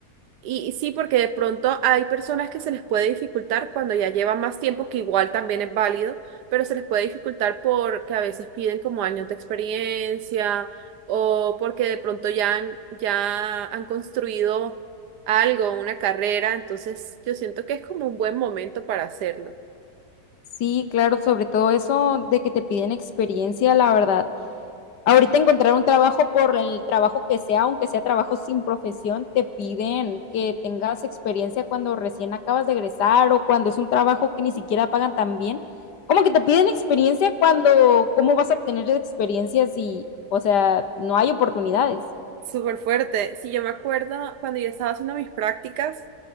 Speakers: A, on the right (about 80°); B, on the left (about 85°).
A: Y sí, porque de pronto hay personas que se les puede dificultar cuando ya llevan más tiempo, que igual también es válido, pero se les puede dificultar porque a veces piden como años de experiencia o porque de pronto ya han, ya han construido algo, una carrera, entonces yo siento que es como un buen momento para hacerlo.
B: Sí, claro, sobre todo eso de que te piden experiencia, la verdad, Ahorita encontrar un trabajo por el trabajo que sea, aunque sea trabajo sin profesión, te piden que tengas experiencia cuando recién acabas de egresar o cuando es un trabajo que ni siquiera pagan tan bien. Como que te piden experiencia cuando, ¿cómo vas a obtener experiencias si, o sea, no hay oportunidades?
A: Súper fuerte. Sí, yo me acuerdo cuando yo estaba haciendo mis prácticas,